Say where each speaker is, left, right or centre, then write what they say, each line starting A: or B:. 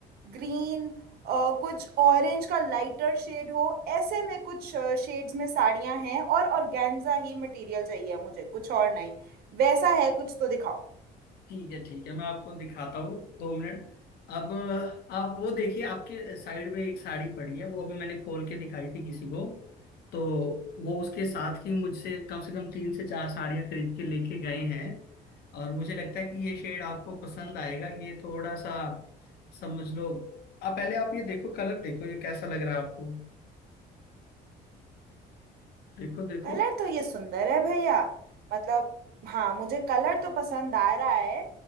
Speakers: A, on the right (about 65°); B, on the left (about 70°).
A: ग्रीन कुछ ऑरेंज का लाइटर शेड हो ऐसे में कुछ शेड्स में साड़ियाँ हैं और ऑर्गेन्जा ही मटेरियल चाहिए मुझे कुछ और नहीं वैसा है कुछ तो दिखाओ
B: ठीक है ठीक है मैं आपको दिखाता हूँ दो मिनट अब आप वो देखिए आपके साइड में एक साड़ी पड़ी है वो अभी मैंने खोल के दिखाई थी किसी को तो वो उसके साथ ही मुझसे कम से कम तीन से चार साड़ियाँ खरीद के लेके गए हैं और मुझे लगता है कि ये शेड आपको पसंद आएगा ये थोड़ा सा समझ लो आप पहले आप ये देखो कलर देखो ये कैसा लग रहा है आपको देखो देखो
A: कलर तो ये सुंदर है भैया मतलब हाँ मुझे कलर तो पसंद आ रहा है